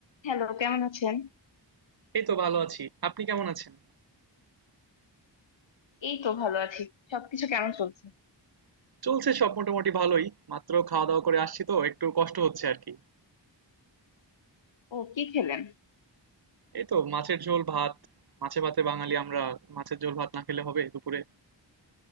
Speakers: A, on the left; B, on the right.
A: Hello কেমন আছেন
B: এই তো ভালো আছি। আপনি কেমন আছেন?
A: এই তো ভালো আছি সবকিছু কেমন চলছে
B: চলছে সব মোটামুটি ভালোই। মাত্র খাওয়া-দাওয়া করে আসছি তো একটু কষ্ট হচ্ছে আরকি।
A: ও কি খেলেন
B: এই তো মাছের ঝোল ভাত। মাছে ভাতে বাঙালি আমরা। মাছের ঝোল ভাত না খেলে হবে দুপুরে?